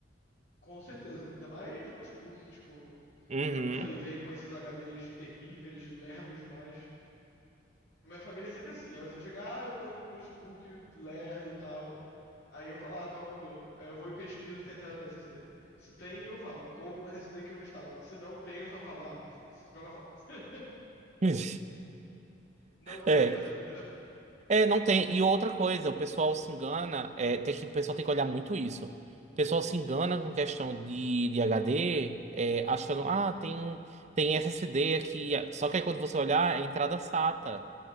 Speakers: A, on the left; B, on the right.
A: com certeza, ainda mais notebook, que, tipo,
B: Uhum.
A: é o que eu falei, vem com esses HDs terríveis, lerdos demais. Minha família é sempre assim. A pessoa chega, ah, eu tô com um notebook lerdo e tal. Aí eu falo, ah, qual é o modelo? Aí eu vou e pesquiso se tem entrada pra SSD. Se tem, eu falo, compro um SSD que eu instalo. Se não tem, eu só falo, ah, s- joga fora. <laughs>
B: <laughs>
A: Não tem
B: É.
A: o que fazer, entendeu?
B: É, não tem. E outra coisa, o pessoal se engana, é, tem que, o pessoal tem que olhar muito isso. O pessoal se engana com questão de, de HD, é, achando, ah, tem, tem SSD aqui. Só que aí quando você olhar, é entrada SATA.